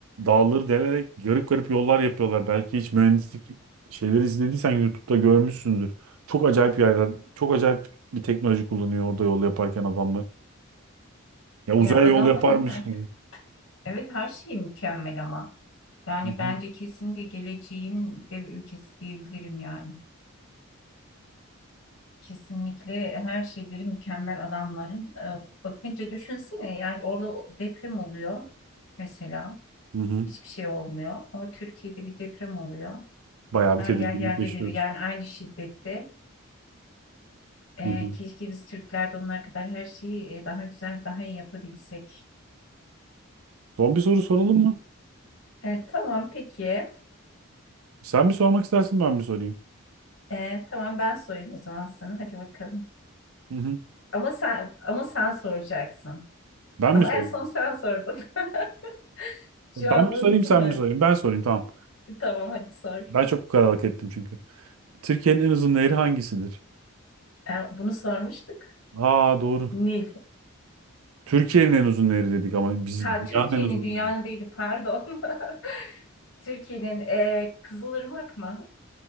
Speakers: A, on the right; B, on the left.
A: dağları delerek garip garip yollar yapıyorlar. Belki hiç mühendislik şeyleri izlediysen YouTube'da görmüşsündür. Çok acayip yerler, çok acayip bir teknoloji kullanıyor orada yol yaparken adamlar. Ya uzaya
B: Ya adamların
A: yol yaparmış
B: her,
A: gibi.
B: evet her şeyi mükemmel ama. Yani
A: Hı hı.
B: bence kesinlikle geleceğin dev ülkesi diyebilirim yani. Kesinlikle her şeyleri mükemmel adamların. Ee, bakınca düşünsene yani orada o- deprem oluyor mesela.
A: Hı hı.
B: Hiçbir şey olmuyor. Ama Türkiye'de bir deprem oluyor.
A: Bayağı
B: Her
A: bir tedirginlik
B: yer yerde
A: yaşıyoruz.
B: bir yani aynı şiddette. E,
A: Hı hı.
B: keşke biz Türkler de onlar kadar her şeyi e, daha güzel, daha iyi yapabilsek.
A: Son bir soru soralım mı?
B: E, tamam peki.
A: Sen bir sormak istersin ben mi sorayım?
B: E, tamam ben sorayım o zaman sana. Hadi bakalım.
A: Hı hı.
B: Ama sen ama sen soracaksın.
A: Ben
B: Ama
A: mi sorayım?
B: en son sen sordun. <laughs> Şu
A: Ben
B: an unuttum
A: mi sorayım, sen
B: ben.
A: mi sorayım? Ben sorayım, tamam.
B: Tamam hadi sor.
A: Ben çok kararlılık ettim çünkü. Türkiye'nin en uzun nehri hangisidir?
B: E, bunu sormuştuk.
A: Aa doğru.
B: Nil.
A: Türkiye'nin en uzun nehri dedik ama biz
B: Ha
A: dünyanın
B: Türkiye'nin
A: en uzun
B: dünyanın
A: nehri.
B: değildi pardon. <laughs> Türkiye'nin e, Kızılırmak mı?